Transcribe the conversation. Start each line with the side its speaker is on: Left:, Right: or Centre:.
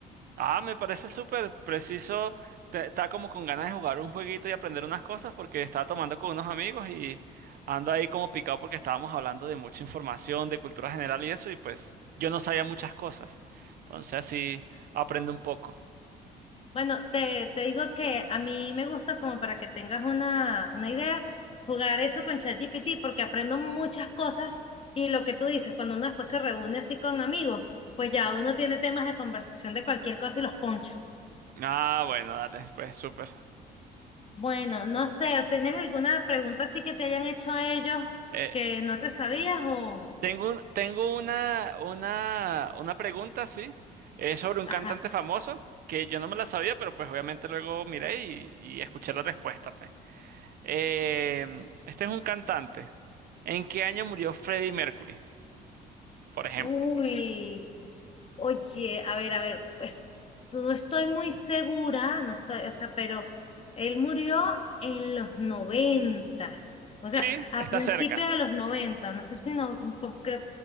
Right: Ah, me parece súper preciso. Te- Estaba como con ganas de jugar un jueguito y aprender unas cosas porque estaba tomando con unos amigos y ando ahí como picado porque estábamos hablando de mucha información, de cultura general y eso, y pues yo no sabía muchas cosas. Entonces así aprendo un poco.
Left: Bueno, te, te digo que a mí me gusta como para que tengas una, una idea, jugar eso con ChatGPT porque aprendo muchas cosas y lo que tú dices, cuando uno después se reúne así con amigos, pues ya uno tiene temas de conversación de cualquier cosa y los poncha.
Right: Ah, bueno, dale, pues súper.
Left: Bueno, no sé, Tienes alguna pregunta así que te hayan hecho ellos
Right: Eh,
Left: que no te sabías o...?
Right: Tengo un- tengo una, una, una pregunta, sí, eh, sobre un cantante
Left: Ajá.
Right: famoso que yo no me la sabía, pero pues obviamente luego miré y, y escuché la respuesta, pues. Eh, este es un cantante. ¿En qué año murió Freddie Mercury, por ejemplo?
Left: Uy, oye, a ver, a ver, pues no estoy muy segura, no estoy, o sea, pero él murió en los noventas, o sea,
Right: Sí,
Left: a
Right: está
Left: principios
Right: cerca.
Left: de los noventa, no sé si no, co- creo,